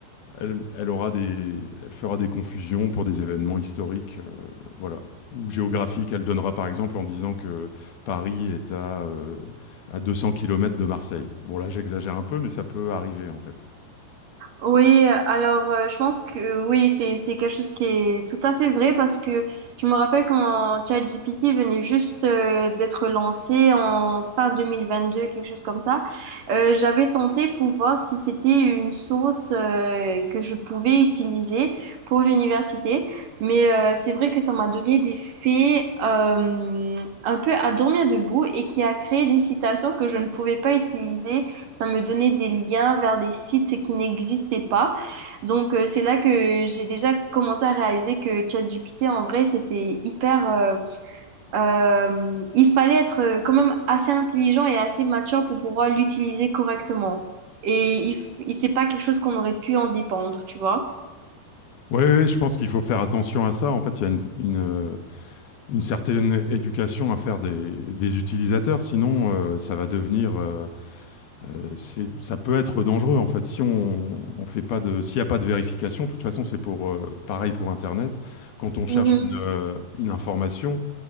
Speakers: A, on the left; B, on the right.
A: elle elle aura des elle fera des confusions pour des événements historiques, heu, voilà, ou géographiques. Elle donnera par exemple en disant que Paris est à, heu, à 200 kilomètres de Marseille. Bon là, j'exagère un peu, mais ça peut arriver en fait.
B: Oui, alors euh, je pense que oui, c'est c'est quelque chose qui est tout à fait vrai parce que je me rappelle quand ChatGPT venait juste euh, d'être lancé en fin 2022, quelque chose comme ça, euh, j'avais tenté pour voir si c'était une source euh, que je pouvais utiliser pour l'université, mais euh, c'est vrai que ça m'a donné des faits euh, un peu à dormir debout et qui a créé des citations que je ne pouvais pas utiliser ça me donnait des liens vers des sites qui n'existaient pas. Donc, euh, c'est là que j'ai déjà commencé à réaliser que ChatGPT, en vrai, c'était hyper... euh, euh, il fallait être euh, quand même assez intelligent et assez mature pour pouvoir l'utiliser correctement. Et il, f- il- c'est pas quelque chose qu'on aurait pu en dépendre, tu vois?
A: Oui, je pense qu'il faut faire attention à ça. En fait, il y a une une, heu une certaine éducation à faire des, des utilisateurs, sinon euh, ça va devenir, euh, euh, c'est- ça peut être dangereux en fait. Si on, on fait pas de, s'il n'y a pas de vérification, de toute façon c'est pour euh, pareil pour Internet. Quand on cherche
B: Mhm,
A: une, euh, une information,